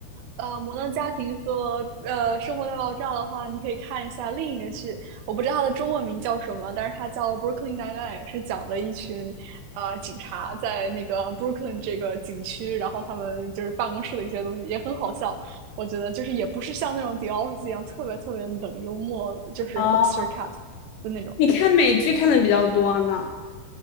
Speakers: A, on the right; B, on the left.
A: 呃《摩登家庭》和呃《生活大爆炸》的话，你可以看一下另一个剧，我不知道它的中文名叫什么，但是它叫《Brooklyn Nine-Nine》，是讲的一群呃警察在那个 Brooklyn 这个景区，然后他们就是办公室的一些东西，也很好笑。我觉得就是也不是像那种《The Office》一样特别特别冷幽默，就是很
B: 哦，
A: s a r c a s 的那种。
B: 你看美剧看的比较多呢？